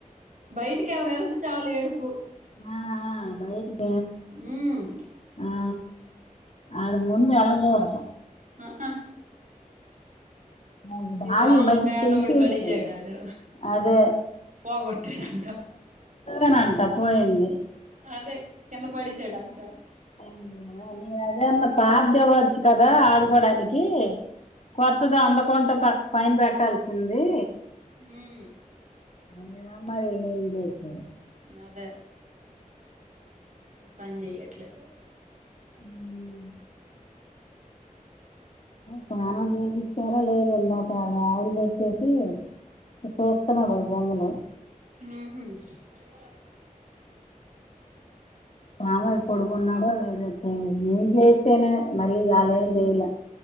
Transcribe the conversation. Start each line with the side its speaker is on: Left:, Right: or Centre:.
Right: బయటికెవర ఎళ్తే చాలు ఏడుపు
Left: ఆ బయటిక
Right: ఉమ్
Left: ఆ వల్ల ముందు వెళ్ళకూడదు
Right: ఆ ఆ
Left: నాకు బాగా
Right: ఈ దోమలు
Left: మధ్య
Right: బ్యాట్
Left: పెంచేసాడు
Right: ఒకటి పడేసాడు ఆడు
Left: అదే
Right: పోగొట్టాడంట
Left: సన అంట పోయింది
Right: అదే కింద పడేసాడంట
Left: అయ నేను అదేన్నా పాతది ఇవ్వచ్చు కదా ఆడుకోడానికి కొత్తది అందకుండా పక్క పైన పెట్టాల్సింది
Right: మ్మ్
Left: అ మరి ఏంచేస్తాం
Right: అదే పని చెయట్లే
Left: హ్మ్మ్ సానం చేపించారా లేద ఎందాక ఆయిలు పెట్టేసి చూస్తున్నాడు బొమ్మలు
Right: మ్మ్ హ్మ్ <unintelligible>
Left: రాముగాడు పడుకున్నాడో ఏదో చేసి నేం చేస్తేనే మళ్ళీ ఆలేం చేయల